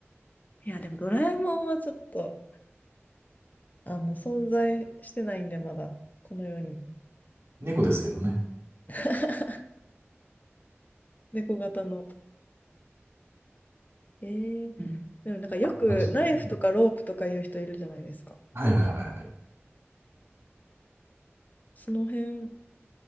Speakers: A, on the left (about 35°); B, on the right (about 60°).
A: いや、でもドラえもんはちょっと、あの、存在してないんで、まだ、この世に。
B: 猫ですけどね。
A: <laughs> 猫型の。えー、
B: うん
A: でもなんかよくナイフとかロープとかいう人いるじゃないですか。
B: まあじうんはいはいはいはい。
A: その辺、い